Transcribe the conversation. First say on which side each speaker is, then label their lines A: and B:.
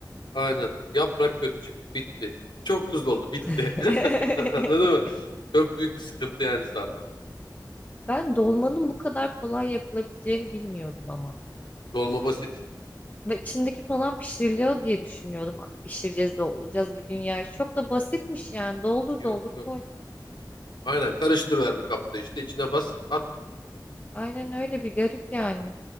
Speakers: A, on the left; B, on the left.
A: Aynen. Yaprak kötü çıktı, bitti. Çok tuzlu oldu, bitti.
B: <laughs>
A: <laughs> Anladın mı? Çok büyük bir sıkıntı yani sarma.
B: Ben dolmanın bu kadar kolay yapılabileceğini bilmiyordum ama.
A: Dolma basit.
B: Ve içindeki falan pişiriliyor diye düşünüyordum. Ah, pişireceğiz de olacağız bir dünya. Çok da basitmiş yani. Doldur
A: Yok
B: doldur
A: yok.
B: koy.
A: Aynen karıştır ver bir kapta işte içine bas at.
B: Aynen öyle bir garip yani.